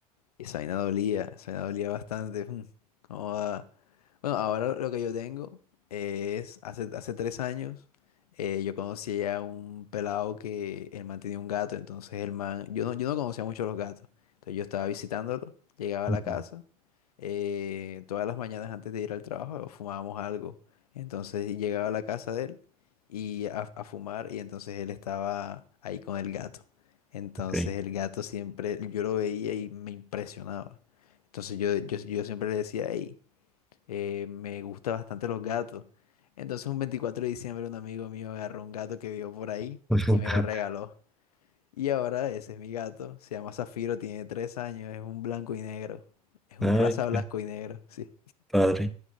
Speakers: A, on the left; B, in the centre.
A: Y esa vaina dolía, esa vaina dolía bastante. <laughs> mm, cómo va. Bueno, ahora lo que yo tengo es, hace, hace tres años, eh, yo conocí a un pelado que el man tenía un gato, entonces el man, yo no, yo no conocía mucho los gatos, entonces yo estaba visitándolo, llegaba
B: Mm,
A: a la casa, eh, todas las mañanas antes de ir al trabajo eh, fumábamos algo, entonces llegaba a la casa de él y a, a fumar y entonces él estaba ahí con el gato. Entonces
B: Ok.
A: el gato siempre, yo lo veía y me impresionaba. Entonces yo, yo, yo siempre le decía, hey, eh, me gustan bastante los gatos. Entonces un 24 de diciembre un amigo mío agarró un gato que vio por ahí
B: <laughs>
A: y me lo regaló. Y ahora ese es mi gato, se llama Zafiro, tiene tres años, es un blanco y negro. Es
B: Ay,
A: un raza blanco
B: qué
A: y negro, sí.
B: padre.